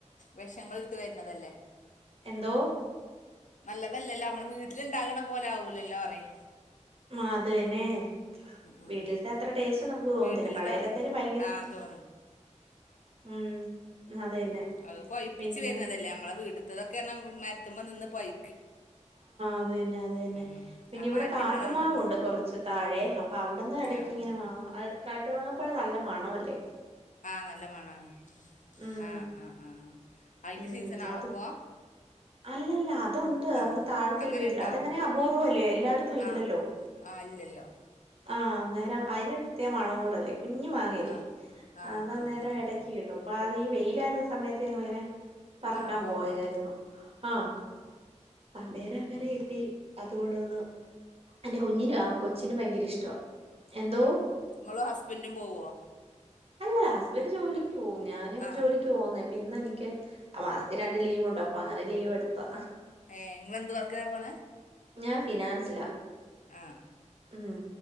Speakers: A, on the left; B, on the right.
A: വെഷങ്ങളിട്ട് വരുന്നതല്ലേ
B: എന്തോ
A: നല്ലതല്ലല്ലോ മ്മള് വീട്ടിലിണ്ടാകണ പോലെ ആവൂലല്ലോ പറയ്
B: ആ അത് തന്നെ
A: ഉം
B: വീട്ടിലത്തെ
A: ഉം
B: അത്ര ടേസ്റ്റ് നമുക്ക് തോന്നത്തില്ല
A: വീട്ടിൽത്തെ
B: കടയിലത്തേന് ഭയങ്കര
A: ആഹ് തോ
B: ഉം അത് തന്നെ
A: ഉം അത് പയിപ്പിച്ച്
B: പിന്നെ
A: വരുന്നതല്ലേ മ്മളെ വീട്ടിത്തെതൊക്കെയാണേൽ മരത്തുമ്മേ നിന്ന് പയ്
B: അതുതന്നെ അത് തന്നെ
A: ഉം
B: പിന്നെ
A: ആ
B: ഇവിടെ
A: മാറ്റങ്ങളാണ്
B: കാട്ടുമാവൊണ്ട് കൊറച്ച് താഴെയെ അപ്പൊ അവിടുന്ന് എടക്കിങ്ങനെ
A: ആഹ് ആഹ്
B: മാ ആ അത് കാട്ട് മാങ്ങാപ്പഴം നല്ല മണല്ലേ
A: ആ നല്ല മണാണ്
B: ഉം
A: ആ ആ ആ അയിന്റെ
B: ഉം
A: സീസണാണോ
B: അത്
A: ഇപ്പോ
B: അല്ലല്ല അതുണ്ട്
A: ആ
B: അങ്ങ് താഴത്തൊരു
A: അങ്ങനെ
B: വീട്ടില്
A: ഇണ്ടാവും
B: അതങ്ങനെ അപൂർവ്വവല്ലേ എല്ലാടത്തും ഇല്ലല്ലോ
A: ആ ആ ഇല്ലല്ലോ
B: ആ അന്നേരം അയിനൊരു പ്രത്യേക മണോം കൂടെല്ലേ കുഞ്ഞ് മാങ്ങയല്ലേ
A: ആ ആ
B: അതന്നേരം
A: ആ ആ
B: എടക്കിടും
A: ആ
B: അപ്പം അത് ഈ വെയിലാരുന്ന സമേത്ത് ഞങ്ങളിങ്ങനെ പെറക്കാൻ
A: ആ പോവും
B: പോയാരുന്നു ആ അന്നേരങ്ങനെ കിട്ടി
A: ഉം
B: അതുകൊണ്ടുവന്ന് എന്റെ കുഞ്ഞിന്റെ ആ കൊച്ചിന് ഭയങ്കര ഇഷ്ടവാ എന്തോ
A: നിങ്ങളും ഹസ്ബന്റും പോവ്വോ
B: അല്ല ഹസ്ബന്റ് ജോലിക്ക് പോവും ഞാനും
A: ആ
B: ജോലിക്ക് പോവുന്നെയാ അപ്പം ഇന്നെനി ക്ക് ആ മാസത്തി രണ്ട് ലീവ് ഒണ്ട് അപ്പൊ അങ്ങനെ ലീവെടുത്താ
A: ഏ നിങ്ങളെന്ത് വർക്കിനാ പോണേ
B: ഞാൻ ഫിനാൻസിലാ
A: ആ
B: ഉം